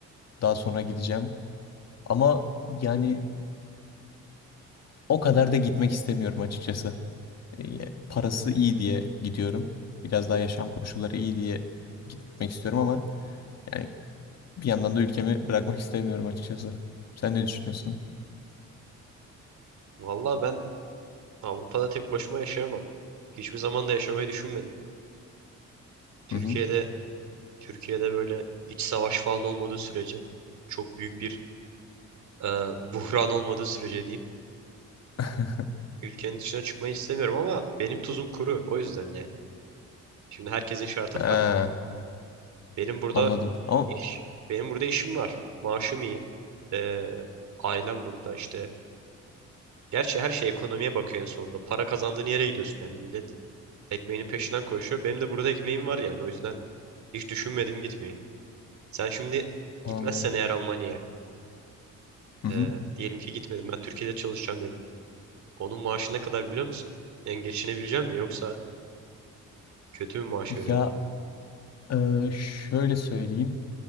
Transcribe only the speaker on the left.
Daha sonra gideceğim. Ama yani o kadar da gitmek istemiyorum açıkçası. E, parası iyi diye gidiyorum. Biraz daha yaşam koşulları iyi diye gitmek istiyorum ama yani bir yandan da ülkemi bırakmak istemiyorum açıkçası. Sen ne düşünüyorsun?
Hı hı.
<laughs>
Ha,
anladım. Ama
anladım.
Hı hı.
Ya e, şöyle söyleyeyim.